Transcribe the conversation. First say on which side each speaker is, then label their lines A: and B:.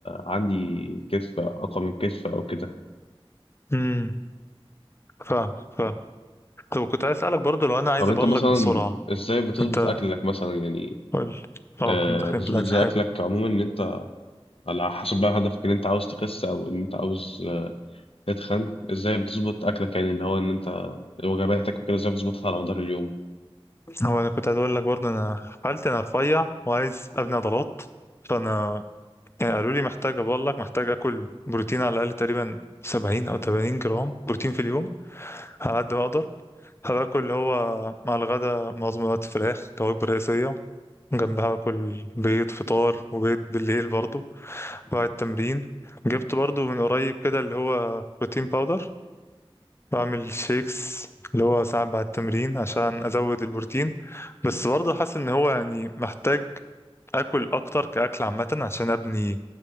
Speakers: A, on the left; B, on the left.
A: عندي كتف اقوى من كتف او كده
B: امم فاهم فاهم طب كنت عايز اسالك برضه لو انا عايز
A: طب انت
B: ابلغ
A: مثلا
B: بسرعه
A: ازاي بتظبط
B: انت
A: اكلك مثلا يعني
B: قول اه
A: آه،
B: كنا داخلين
A: بتظبط
B: في الاكل
A: ازاي
B: حلو
A: اكلك عموما ان انت على حسب بقى هدفك ان انت عاوز تخس او ان انت عاوز آه، تتخن ازاي بتظبط اكلك يعني اللي هو ان انت وجباتك وكده ازاي بتظبطها على مدار اليوم
B: هو انا كنت عايز اقول لك برضه انا حالتي انا رفيع وعايز ابني عضلات فانا يعني قالوا لي محتاج بقول لك محتاج اكل بروتين على الاقل تقريبا 70 او 80 جرام بروتين في اليوم على قد ما اقدر هباكل اللي هو مع الغدا معظم الوقت فراخ كوجبه رئيسيه جنبها باكل بيض فطار وبيض بالليل برضو بعد التمرين جبت برضو من قريب كده اللي هو بروتين باودر بعمل شيكس اللي هو ساعات بعد التمرين عشان ازود البروتين بس برضه حاسس ان هو يعني محتاج اكل اكتر كاكل عامه عشان ابني